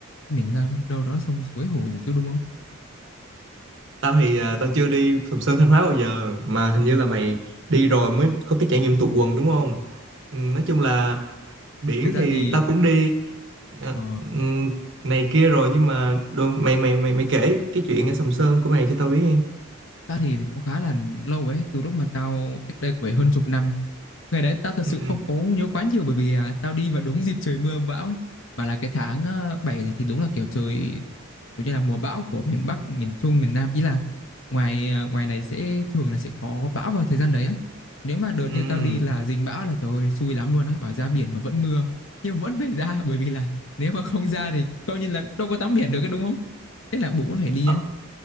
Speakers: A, on the left; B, on the right.
A: mình ra đâu đó sông suối hồ rồi chứ đúng không
B: tao thì à, tao chưa đi Sầm Sơn Thanh Hóa bao giờ mà hình như là mày đi rồi mới có cái trải nghiệm tụt quần đúng không Ừ, nói chung là biển
A: thực ra
B: thì
A: thì
B: tao cũng đi à,
A: ờ,
B: ừm, này kia rồi nhưng mà đồ, mày mày mày mày kể cái chuyện ở Sầm Sơn của mày cho tao biết đi
A: ta thì, thì cũng khá là lâu ấy từ lúc mà tao cách đây cũng phải hơn chục năm Ngày đấy tao thật sự
B: ừ
A: không có nhớ quá nhiều bởi vì à, tao đi vào đúng dịp trời mưa bão ấy. Mà là cái tháng à, 7 thì, thì đúng là kiểu trời kiểu như là mùa bão của miền Bắc, miền Trung, miền Nam. Ý là ngoài à, ngoài này sẽ thường là sẽ có bão vào thời gian đấy á. Nếu mà đợt
B: ừ
A: như tao đi là dính bão là trời ơi, xui lắm luôn á, bảo ra biển mà vẫn mưa. Nhưng vẫn phải ra bởi vì là nếu mà không ra thì coi như là đâu có tắm biển được cái đúng không? Thế là buộc vẫn phải đi
B: Ờ,
A: ấy.